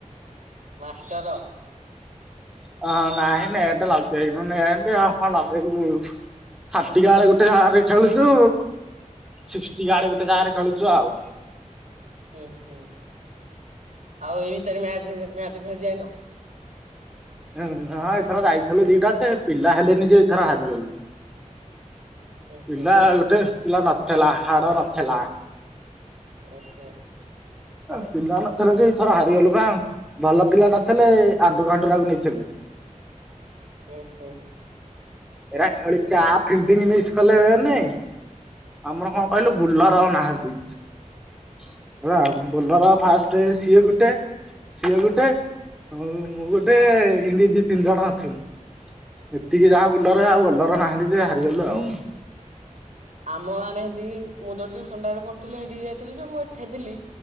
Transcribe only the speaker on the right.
ମାଷ୍ଟର
ହୁଁ ହୁଁ ଆଉ ଏଇ ଭିତରେ ମ୍ୟାଚ ମ୍ୟାଚ ଖେଳି ଯାଇନ?
ଉଁ
ହୁଁ ଠିକ୍
ଓହୋ।
ହୁଁ ହୁଁ।
ହୁଁ
ହୁଁ।
ଆମ ଗାଁରେ ହେନ୍ତି ମୁଁ ଯୋଉ ଟିୟୂସନଟାରେ ପଢ଼ୁଥିଲି ହେଠିକି ଯାଇଥିଲି ଯେ ମୁଁ ଏଠେ ଥିଲି।